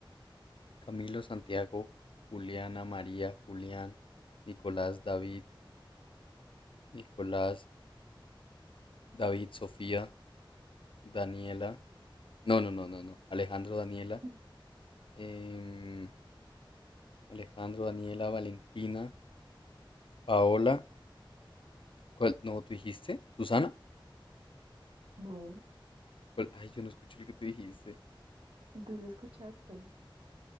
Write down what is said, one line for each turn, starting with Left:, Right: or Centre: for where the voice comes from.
Left: Camilo, Santiago, Juliana, María, Julián, Nicolás, David, Nicolás, David, Sofía, Daniela. No, no, no, no, no. Alejandro, Daniela.
Right: <laughs>
Left: em, Alejandro, Daniela, Valentina, Paola ¿Cuál? No, ¿tú dijiste? ¿Susana?
Right: No,
Left: ¿Cuál? Ay, yo no escuché lo que tú dijiste.
Right: tú lo escuchaste,